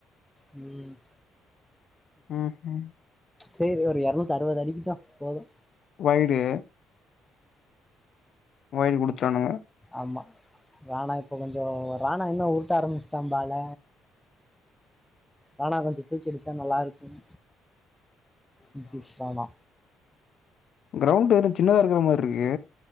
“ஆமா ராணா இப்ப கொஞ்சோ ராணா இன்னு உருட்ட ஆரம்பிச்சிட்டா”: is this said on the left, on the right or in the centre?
Centre